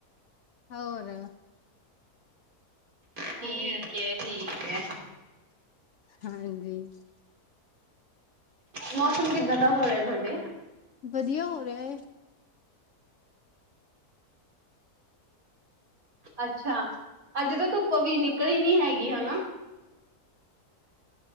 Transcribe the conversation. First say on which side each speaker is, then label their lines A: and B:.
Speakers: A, on the left; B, on the right.
A: ਹੋਰ
B: ਠੀਕ ਹੈ ਠੀਕ ਹੈ।
A: ਹਾਂਜੀ।
B: ਮੌਸਮ ਕਿਦਾਂ ਦਾ ਹੋਇਆ ਤੁਹਾਡੇ।
A: ਵਧੀਆ ਹੋ ਰਿਹਾ ਏ
B: ਅੱਛਾ ਅੱਜ ਤਾਂ ਧੁੱਪ ਵੀ ਨਿਕਲੀ ਨੀ ਹੈਗੀ ਹਨਾ।